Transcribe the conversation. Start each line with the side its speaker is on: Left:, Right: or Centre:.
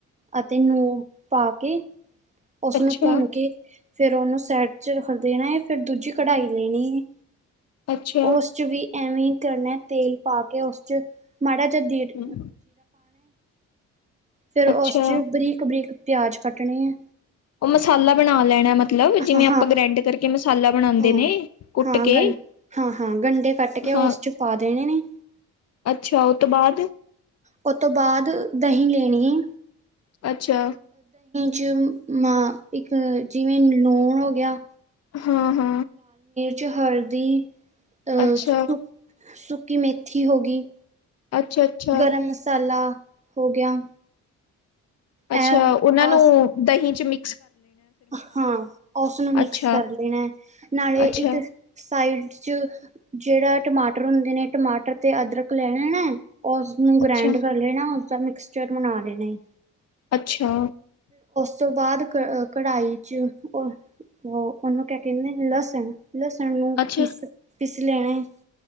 Right: ਅਤੇ ਨੂੰ ਪਾ ਕੇ ਉਸਨੂੰ
Left: ਅੱਛਾ
Right: ਭੁੰਨ ਕੇ ਫਿਰ ਉਹਨੂੰ ਸਾਇਡ ਚ ਰੱਖ ਦੇਣਾ, ਹੈ, ਫਿਰ ਦੂਜੀ ਕੜਾਈ ਲੈਣੀ ਏ।
Left: ਅੱਛਾ
Right: ਉਸ ਚ ਵੀ ਐਵੇ ਥੋੜੀ ਨ, ਤੇਲ ਪਾ ਉਸ ਵਿਚ ਮਾੜਾ ਜੇ ਦੀਡ।
Left: ਹਮ,
Right: ਫਿਰ ਉਸ
Left: ਅੱਛਾ
Right: ਚ ਬਰੀਕ, ਬਰੀਕ, ਪਿਆਜ ਕੱਟਣੇ ਏ।
Left: ਉਹ ਮਸਾਲਾ ਬਣਾ ਲੈਣਾ, ਮਤ ਜਿਵੇਂ
Right: ਹਾਂ-ਹਾਂ
Left: ਆਪਾਂ ਗ੍ਰੈਂਡ ਕਰਕੇ ਮਸਾਲਾ ਬਣਾਉਂਦੇ
Right: ਹਾਂ। ਹਾਂ
Left: ਨੇ, ਕੁੱਟ
Right: ਹਾਂ
Left: ਕੇ,
Right: ਗੰ ਹਾਂ-ਹਾਂ ਗੰਢੇ ਕੱਟ ਕੇ
Left: ਹਾਂ,
Right: ਉਸ ਚ ਪਾ ਦੇਣੇ ਨੇ।
Left: ਅੱਛਾ ਉਹ ਤੋਂ ਬਾਅਦ
Right: ਉਤੋਂ ਤੋਂ ਬਾਅਦ ਦਹੀਂ ਲੈਣੀ ਏ।
Left: ਅੱਛਾ।
Right: ਜੁਮਾ, ਇੱਕ ਜਿਵੇਂ ਲੂਣ ਹੋ ਗਿਆ।
Left: ਹਾਂ ਹਾਂ।
Right: ਤੇ, ਹਲਦੀ। ਅਹ
Left: ਅੱਛਾ
Right: ਸੁੱਕ--ਸੁੱਕ। ਕਿ ਮੇਥੀ, ਹੋ ਗਈ।
Left: ਅੱਛਾ ਅੱਛਾ
Right: ਗਰਮ ਮਸਾਲਾ। ਹੋ ਗਿਆ।
Left: ਅੱਛਾ,
Right: ਇਹ
Left: ਉਹਨਾਂ
Right: ਆਸ
Left: ਨੂੰ ਦਹੀਂ ਚ ਮਿ
Right: ਹਾਂ, ਉਸਨੂੰ ਮਿਕਸ
Left: ਅੱਛਾ
Right: ਕਰ ਦੇਣਾ ਹੈ, ਨਾਲੇ
Left: ਅੱਛਾ,
Right: ਇੱਕ ਸਾਈਡ ਚ ਜਿਹੜਾ ਟਮਾਟਰ ਹੁੰਦੇ ਨੇ, ਟਮਾਟਰ ਤੇ ਅਦਰਕ ਲੈਣਾ ਐ। ਉਸਨੂੰ
Left: ਅੱਛਾ,
Right: ਗ੍ਰੈਂਡ ਕਰ ਲੈਣਾ, ਉਸਦਾ ਮਿਕਸਚਰ ਬਣਾ ਲਏ। ਨਈ।
Left: ਅੱਛਾ
Right: ਉਸ ਤੋਂ ਬਾਅਦ ਕ ਕੜਾਹੀ ਚ, ਉਹ ਉਹਨੂੰ ਕਹਿੰਦੇ ਲਸਣ। ਲੱਸਣ ਨੂੰ
Left: ਅੱਛਾ,
Right: ਪਿਸ--ਪਿਸ ਲੈਣੇ